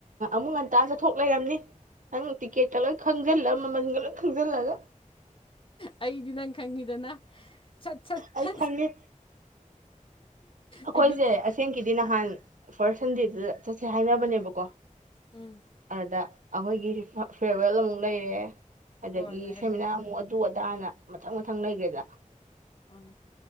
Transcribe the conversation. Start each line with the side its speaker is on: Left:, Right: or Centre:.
Right: ꯑꯃꯨꯛ ꯉꯟꯇꯥ ꯆꯠꯊꯣꯛ ꯂꯩꯔꯝꯅꯤ ꯅꯪ ꯇꯤꯛꯀꯦꯠꯇ ꯈꯪꯖꯜꯂ ꯃꯃꯟꯒ ꯂꯣ ꯈꯪꯖꯜꯂꯒ
Left: ꯑꯩꯗꯤ ꯅꯪ ꯈꯪꯉꯤꯗꯅ ꯁꯠ ꯁꯠ
Right: ꯑꯩ
Left: ꯁꯠ
Right: ꯈꯪꯉꯦ ꯑꯩꯈꯣꯏꯁꯦ
Left: ꯑꯩꯗꯤ
Right: ꯑꯁꯦꯡꯒꯤꯗꯤ ꯅ ꯅꯍꯥꯟ ꯐꯥꯔꯁ ꯁꯟꯗꯦꯗꯨꯗ ꯆꯠꯁꯦ ꯍꯥꯏꯅꯕꯅꯦꯕꯀꯣ
Left: ꯎꯝ
Right: ꯑꯥ ꯑꯩꯈꯣꯏꯒꯤ ꯐꯤꯔꯋꯦꯜ ꯑꯃꯨꯛ ꯂꯩꯔꯦ ꯑꯗꯒꯤ
Left: ꯍꯣꯏ ꯂꯩꯔꯦ
Right: ꯁꯦꯃꯤꯅꯥ
Left: ꯂꯩꯔꯦ
Right: ꯑꯃꯨꯛ ꯑꯗꯨ ꯑꯗꯥꯅ ꯃꯊꯪ ꯃꯊꯪ ꯂꯩꯒꯦꯗ
Left: ꯎꯝ